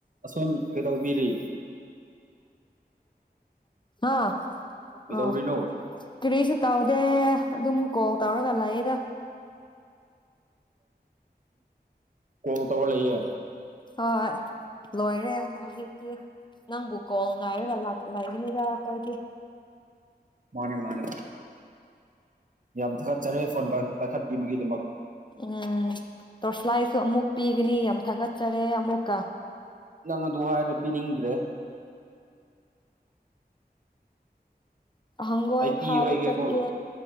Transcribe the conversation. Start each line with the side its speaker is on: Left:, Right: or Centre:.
Right: ꯑꯁꯣꯝ ꯀꯩꯗꯧꯕꯤꯔꯤ
Left: ꯑꯥ
Right: ꯀꯩꯗꯧꯔꯤꯅꯣ
Left: ꯑꯥ ꯀꯔꯤꯁꯨ ꯇꯧꯗꯦ ꯑꯗꯨꯝ ꯀꯣꯜ ꯇꯧꯔꯒꯥ ꯂꯩꯌꯦꯗꯥ
Right: <inaudible> ꯀꯣꯜ ꯇꯧꯔꯥ ꯂꯩꯌꯦ
Left: ꯍꯣꯏ ꯂꯣꯏꯔꯦ ꯍꯧꯖꯤꯛꯇꯤ ꯅꯪꯕꯨ ꯀꯣꯜ ꯉꯥꯏꯔꯒꯥ ꯂꯩꯕꯥꯅꯤꯗꯥ ꯑꯈꯣꯏꯗꯤ
Right: ꯃꯥꯅꯦ ꯃꯥꯅꯦ ꯌꯥꯝ ꯊꯥꯒꯠꯆꯔꯦ ꯐꯣꯟ ꯄꯥꯏꯈꯠꯄꯤꯕꯒꯤ ꯗꯥꯃꯛ
Left: ꯎꯝ ꯇꯣꯔꯁꯂꯥꯏꯁꯨ ꯑꯃꯨꯛ ꯄꯤꯒꯅꯤ ꯌꯥꯝ ꯊꯥꯒꯠꯆꯔꯦ ꯑꯃꯨꯛꯀꯥ
Right: ꯅꯪ ꯑꯗꯨ ꯍꯥꯏꯔꯥ ꯄꯤꯅꯤꯡꯗ꯭ꯔꯦ
Left: ꯍꯪꯒꯣꯏ
Right: ꯑꯩ ꯄꯤꯔꯣꯏꯒꯦꯀꯣ
Left: ꯐꯥꯕ ꯆꯠꯀꯦ